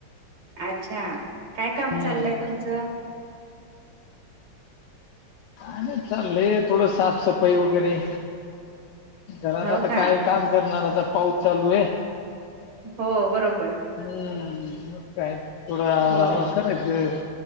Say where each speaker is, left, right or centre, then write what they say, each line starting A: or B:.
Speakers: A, on the right; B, on the left.
A: अच्छा! काय काम
B: हम्म
A: चाललय तुमचं,
B: काय नाही चालले थोडं साफसफाई वगैरे, घरात
A: हो
B: आता
A: का
B: काय? काम करणार आता पाऊस चालू आहे.
A: हो बरोबर,
B: हम्म म काय थोडं आवरावर
A: हो
B: करायचं.